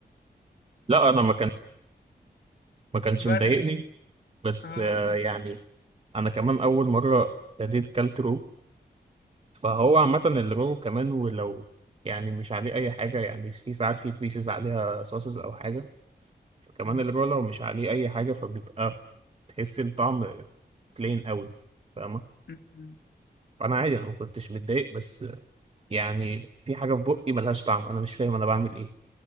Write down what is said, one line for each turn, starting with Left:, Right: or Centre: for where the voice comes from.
Right: لا أنا ما كان ما كانش
Left: بدأ
Right: مضايقني بس
Left: اه
Right: آه يعني أنا كمان أول مرة ابتديت كلت رو فهو عامة الرو كمان ولو يعني مش عليه أي حاجة يعني في ساعات في بيسز عليها صوصز أو حاجة فكمان
Left: مم،
Right: الرو لو مش عليه أي حاجة فبيبقى تحس الطعم بلين قوي فاهمة
Left: مم، مم،
Right: فانا عادي انا ما كنتش متضايق بس يعني في حاجه في بقي ملهاش طعم انا مش فاهم انا بعمل ايه